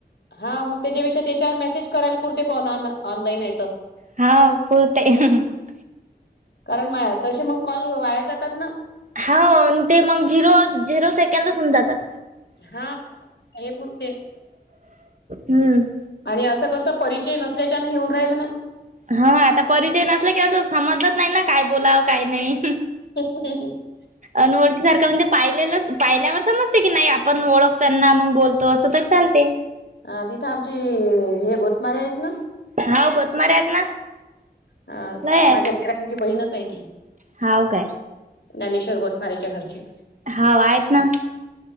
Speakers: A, on the left; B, on the right.
A: हा मग त्याच्यापेक्षा, त्याच्यावर मेसेज करायला पुरते कॉन ऑनलाईन येतं.
B: हा, पूर्तय. <unintelligible>
A: कारण माया तसे मग कॉल वाया जातात नं.
B: हो. ते मग झिरो- झिरो सेकंदच हुन जातात.
A: हा. हे पुरते.
B: हम्.
A: आणी असं कसं. परिचय नसल्याच्यानं हेे, होउन राहिलं ना.
B: हा आता परिचय नसला की, असं समजत नाही ना, काय बोलावं काय नाही.
A: बरोबर
B: अनवळखी सारखा म्हणजे पाहिलेलंच, पाहिल्यावर समजते की नाही, आपण ओळख त्यांना मग बोलतो. असं तर चालते.
A: हा तिथं आमची, हे गोतमारे हायत ना.
B: हा गोतमारे हायत ना.
A: ह
B: लय आहेत
A: माझ्या <unintelligible> ची बहीणचय ती.
B: हाव काय?
A: ज्ञानेश्वर गोतमारेच्या घरचे.
B: हाव, आहेत ना.